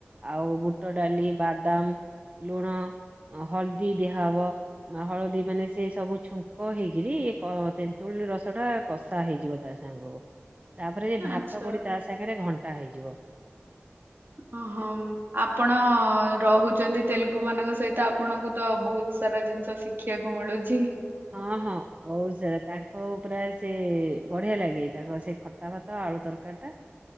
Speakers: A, on the right; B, on the right.
A: ଆଉ ବୁଟ ଡାଲି ବାଦାମ ଲୁଣ ହଳଦୀ ଦିଆହବ ହଳଦୀ ମାନେ ସେ ସବୁ ଛୁଙ୍କ ହେଇକିରି ଏକ ତେନ୍ତୁଳି ରସଟା କଷା ହେଇଯିବ ତା ସାଙ୍ଗକୁ । ତାପରେ ଏ ଭାତ
B: ଆଚ୍ଛା
A: ଗୋଡି ତା ସାଙ୍ଗରେ ଘଣ୍ଟା ହେଇ ଯିବ ।
B: ଓ ହମ୍ ଆପଣ ଅ ରହୁଛନ୍ତି ତେଲୁଗୁ ମାନଙ୍କ ସହିତ ଆପଣଙ୍କୁ ତ ବହୁତ ସାରା ଜିନିଷ ଶିଖିବାକୁ ମିଳୁଚି ।
A: ହଁ ହଁ ବହୁତ୍ ସାରା ତାଙ୍କ ପୁରା ସେ ବଢ଼ିଆ ଲାଗେ ତାଙ୍କ ସେଇ ଖଟା ଭାତ ଆଳୁ ତରକାରୀ ଟା